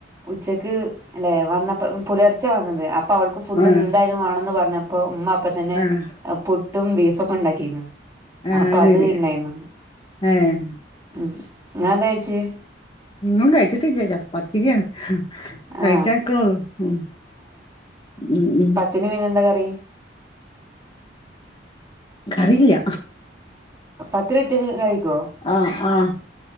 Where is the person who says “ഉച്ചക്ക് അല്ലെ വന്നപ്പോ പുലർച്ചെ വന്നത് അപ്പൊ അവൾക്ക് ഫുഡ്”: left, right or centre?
Right